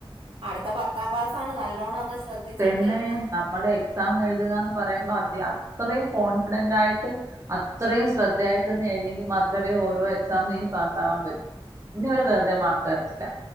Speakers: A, on the right; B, on the right.
A: അടുത്ത പത്താം ക്ലാസ് ആണ് നല്ലോണം ഒക്കെ ശ്രദ്ധിച്ചൊക്കെ
B: പിന്നെ
A: എഴുതാ
B: നമ്മള് എക്സാം എഴുതുകാന്ന് പറയുമ്പോ അതി അത്രേം കോൺഫിഡന്റായിട്ട് അത്രയും ശ്രദ്ധയായിട്ടിരുന്നു എഴുതിയെങ്കിൽ മാത്രമേ ഓരോ എക്സാമും ഇനി പാസ് ആവാൻ പറ്റൂ. ഇനി അവര് വെറുതെ മാർക്ക് തരത്തില്ല.